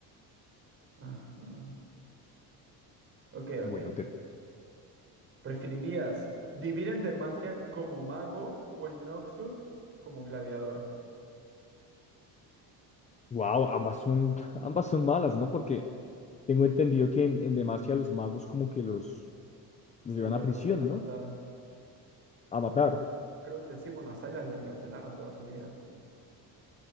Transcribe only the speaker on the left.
Bueno,
te,
wow, ambas son, <laughs> ambas son malas, ¿no? Porque tengo entendido que en, en Demacia los magos como que los, los
llevan
a prisión,
¿no?
A matar.